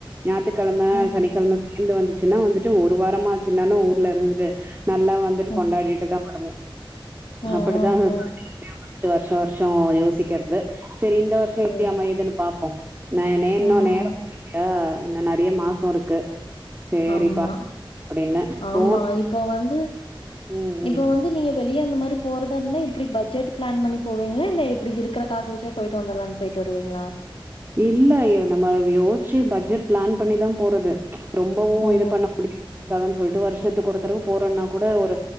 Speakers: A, on the right; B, on the left.
A: ஞாயிற்றுகெழம
B: ம்
A: சனிக்கெழம சேந்து வந்துச்சுன்னா வந்துட்டு ஒரு வாரமா ஆச்சுனாலா ஊர்ல இருந்துட்டு நல்லா வந்துட்டு
B: ம்
A: கொண்டாடிட்டுதா வருவோ
B: ம்
A: அப்படிதா
B: ம் ம்
A: சொல்லிட்டே வந்த ட் வருஷ வருஷ யோசிக்கிறது சரி இந்த வருஷம்
B: சேரி
A: எப்டி ஆமயுதுன்னு பாப்போ நான் என்ன இன்னோ
B: ம்
A: நே <unintelligible> இல்யா இன்னு நெறைய மாசோ இருக்கு சேரிப்பா
B: ஆமா
A: அப்டின்னு
B: ஆமா
A: போன்
B: இப்ப வந்து
A: ம் ம்
B: இப்ப வந்து நீங்க வெளிய இந்தமாரி போறதா இருந்தா இப்டி பஜ்ஜட் ப்ளான் பண்ணி போவீங்களா இல்ல எப்டி இருக்கற காச வச்சே போயிட்டு வந்துரலான்னு போயிட்டு வருவீங்ளா
A: இல்ல நம்ம யோசிச்சு பட்ஜெட் ப்ளான் பண்ணிதான் போறது ரொம்பவு
B: ம்
A: இது
B: ம்
A: பண்ண முடியாது காகன் சொல்ட்டு வருஷத்துக்கு ஒரு தரவ போறன்னா கூட ஒரு